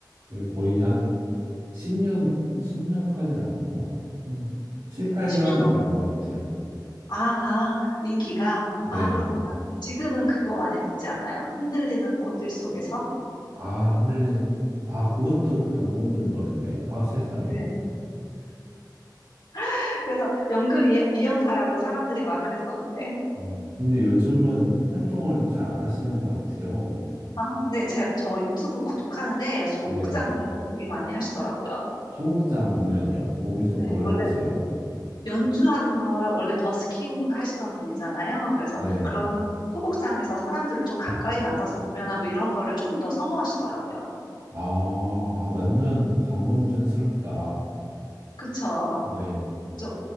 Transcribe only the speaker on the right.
그게 거의 한 10년, 10년까지는 안 갔나? 음, 7, 8년
간
것
같아요.
네.
아, 흔들리는, 꽃. 아, 그것도 방범준 노래네. 아, 세상에.
어, 근데 요즘은 활동을 잘 안 하시는 것 같아요.
네.
소극장 공연이요? 거기서
뭘
하세요?
네.
아, 아, 완전 장범준스럽다.
네.